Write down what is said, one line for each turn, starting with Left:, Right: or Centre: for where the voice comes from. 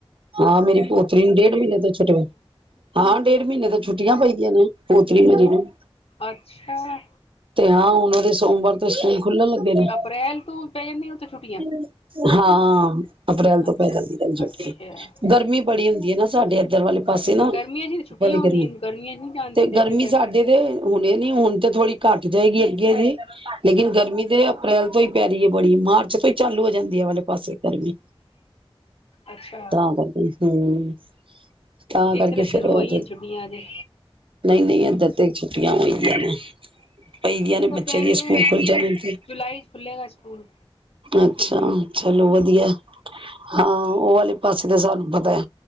Right: ਐ। ਹਾਂ, ਮੇਰੀ ਪੋਤਰੀ ਨੂੰ ਡੇਢ ਮਹੀਨੇ ਤੋਂ ਛੁੱਟੀਆਂ ਹਾਂ। ਡੇਢ ਮਹੀਨੇ ਤੋਂ ਛੁੱਟੀਆਂ ਪਈ ਦੀਆਂ ਨੇ। ਪੋਤਰੀ ਮੇਰੀ ਨੂੰ
Left: ਅੱਛਾ
Right: ਤੇ ਹਾਂ ਹੁਣ ਉਹਦੇ ਸੋਮਵਾਰ ਤੋਂ ਸਕੂਲ ਖੁੱਲਣ ਲੱਗੇ ਨੇ
Left: ਅਪ੍ਰੈਲ ਤੋਂ ਪੈ ਜਾਂਦੀ ਆਂ ਉੱਥੇ ਛੁੱਟੀ
Right: <inaudible> ਹਾਂ। ਅਪ੍ਰੈਲ ਤੋਂ
Left: ਅੱਛਾ
Right: ਪੈਦਲ ਨ ਚੁੱਕ
Left: ਅੱਛਾ
Right: ਗਰਮੀ ਬੜੀ ਹੁੰਦੀ ਐ ਨਾ ਸਾਡੇ ਇੱਧਰ ਵਾਲੇ ਪਾਸੇ ਨਾ
Left: ਤੇ ਗਰਮੀਆਂ ਚ ਤਾਂ ਛੁੱਟੀਆਂ
Right: ਬਾਹਲੀ
Left: ਹੁੰਦੀਆਂ
Right: ਗਰਮੀ
Left: ਨੇ, ਗਰਮੀਆਂ ਚ ਨਹੀਂ ਜਾਣ
Right: ਤੇ
Left: ਦਿੰਦੇ
Right: ਗਰਮੀ
Left: ਇੱਥੇ ਤਾਂ
Right: ਸਾਡੇ ਤੇ ਹੁਣੇ ਨਹੀਂ ਹੁਣ ਤੇ ਥੋੜੀ ਘੱਟ ਜਾਏਗੀ ਅੱਗੇ ਜੇ ਲੇਕਿਨ ਗਰਮੀ ਤੇ ਅਪ੍ਰੈਲ ਤੋਂ ਹੀ ਪੈ ਰਹੀ ਐ ਬੜੀ ਮਾਰ ਚ ਈ ਚਾਲੂ ਹੋ ਜਾਂਦੀ ਇਹ ਵਾਲੇ ਪਾਸੇ। ਗਰਮੀ,
Left: ਅੱਛਾ
Right: ਤਾਂ ਕਰਕੇ। ਹੂੰ। ਤਾਂ ਕਰਕੇ
Left: ਇੱਥੇ ਸ਼ੁਰੂ
Right: ਫੇਰ
Left: ਹੋਈਆਂ
Right: ਉਹ
Left: ਛੁੱਟੀਆਂ ਅਜੇ
Right: ਨਹੀਂ-ਨਹੀਂ ਇੱਧਰ ਤੇ ਛੁੱਟੀਆਂ ਹੋਈ ਦੀਆਂ ਨੇ। ਪਈ ਦੀਆਂ
Left: ਇਹ
Right: ਨੇ ਬੱਚਿਆਂ
Left: ਤਾਂ ਪੈਣੀਆਂ
Right: ਦੀਆਂ ਸਕੂਲ ਖੁੱਲ ਜਾਣੇ ਤੇ
Left: ਜੁਲਾਈ ਚ ਖੁੱਲੇਗਾ ਸਕੂਲ
Right: ਅੱਛਾ ਚਲੋ ਵਧੀਆ। ਹਾਂ ਉਹ ਵਾਲੇ ਪਾਸੇ ਤਾਂ ਸਾਨੂੰ ਪਤਾ ਐ